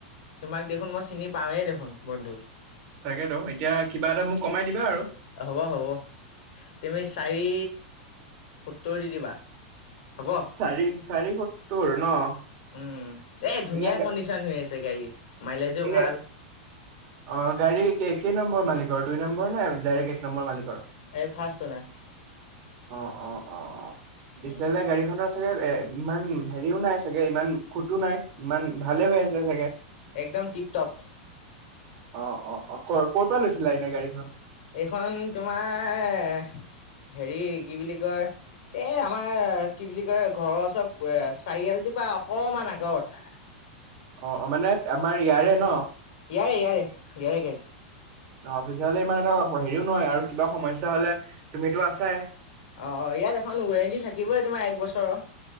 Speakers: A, on the left; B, on the right.
A: তোমাক দেখোন মই চিনি পাওঁৱেই দেখোন বন্ধু।
B: তাকেতো এতিয়া কিবা এটা মোক কমাই দিবা আৰু।
A: হ'ব, হ'ব। তুমি চাৰি, সত্তৰ দি দিবা হ'ব?
B: চাৰি চাৰি সত্তৰ ন'?
A: উম, এই ধুনীয়া
B: এনে
A: কণ্ডিচন হৈ আছে গাড়ী, মাইলেজো
B: এনে
A: ভাল।
B: অ', গাড়ীৰ কেই নম্বৰ মালিকৰ দুই নম্বৰ নে ডাইৰেক্ট এক নম্বৰ মালিকৰ?
A: এ ফাষ্ট অনাৰ।
B: অ', অ', অ', <unintelligible>
A: উম
B: গাড়ী খনৰ ইমান হেৰিও নাই চাগে, ইমান খুতো নাই ইমান, ভালে হৈ আছে চাগে?
A: একদম টিপ টপ।
B: অ', অ', অ', ক-ক'ৰ পৰা লৈছিলা এনে গাড়ীখন?
A: এইখন তোমাৰ, হেৰি কি বুলি কয় এই আমাৰ কি বুলি কয় ঘৰৰ ওচৰত চাৰি আলি টোৰ পৰা অকমান আগত।
B: অ', মানে আমাৰ ইয়াৰে ন'?
A: ইয়াৰে ইয়াৰে, ইয়াৰে গাড়ী।
B: অ', পিছৰলৈ ইমান এটা হেৰিও নহয় আৰু কিবা সমস্যা হ'লে তুমিটো আছাই।
A: অ', ইয়াত এখন ৱৰেণ্টি থাকিবই তোমাৰ এক বছৰৰ।